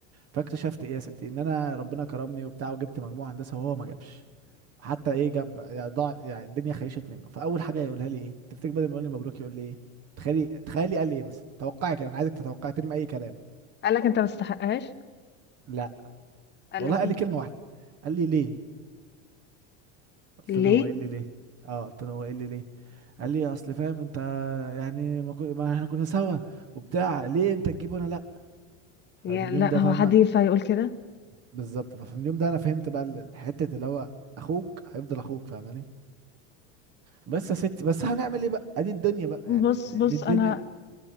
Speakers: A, on the right; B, on the left.
A: فاكتشفت ايه يا ستي ان انا ربنا كرمني وبتاع وجبت مجموع هندسه وهو ما جابش حتى ايه جاب يعني ضاع يعني الدنيا خيشت منه فاول حاجه يقولها لي ايه تفتكر بدل ما يقول لي مبروك يقول لي ايه تخيلي تخيلي قال لي ايه مثلا توقعي كده انا عايزك تتوقعي ترمي اي كلام
B: قال لك انت ما تستحقهاش
A: لا
B: قال
A: والله
B: لك
A: قال
B: ايه
A: لي كلمه واحده قال لي ليه قلت
B: ليه
A: له هو ايه اللي ليه اه قلت له هو ايه اللي ليه قال لي اصل فاهم انت يعني ما, كن... ما احنا كنا سوا وبتاع ليه انت تجيب وانا لا
B: يعني
A: فمن اليوم
B: لا
A: ده
B: هو
A: فاهمه
B: حد ينفع يقول كده
A: بالظبط فمن اليوم ده انا فهمت بقى ال- الحته اللي هو اخوك هيفضل اخوك فاهماني بس يا ستي بس هنعمل ايه بقى ادي الدنيا بقى
B: بص
A: يعني
B: بص
A: دي الدنيا
B: انا